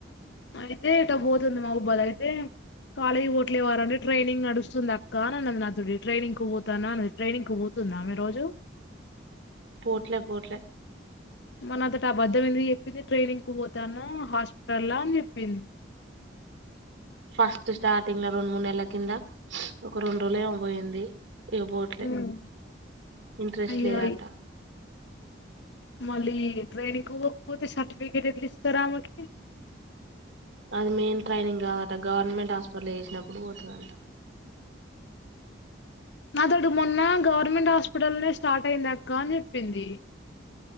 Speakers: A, on the left; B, on the right.
A: అయితే పోతుంది మా బుబ్బది అయితే కాలేజీ పోట్లేవారుంటే ట్రైనింగ్ నడుస్తుంది అక్క అని అన్నది నాదుడి ట్రైనింగ్ కు పోతానా అన్నది ట్రైనింగ్ కు పోతుందా మీ రోజు
B: పోట్లే పోట్లే
A: మన అతట అబద్ధమంది చెప్పింది ట్రైనింగ్ కు పోతాను హాస్పిటల్ అని చెప్పింది
B: ఫస్ట్ స్టార్టింగ్ల రెండు మూడు నెల్ల కింద ఒక రెండు రోజులేమ పోయింది ఇగ పోవట్లే
A: ఉమ్.
B: ఇంట్రెస్ట్
A: అయ్యో
B: లేదంట
A: మళ్ళీ ట్రైనింగ్కపోతే సర్టిఫికెట్ ఎట్లు ఇస్తారామెకి
B: అది మెయిన్ ట్రైనింగ్ కాదట గవర్నమెంట్ హాస్పిటల్ చేసినప్పుడు పోతాడట
A: నా అతడు మొన్న గవర్నమెంట్ హాస్పిటల్నే స్టార్ట్ అయింది అక్క అని చెప్పింది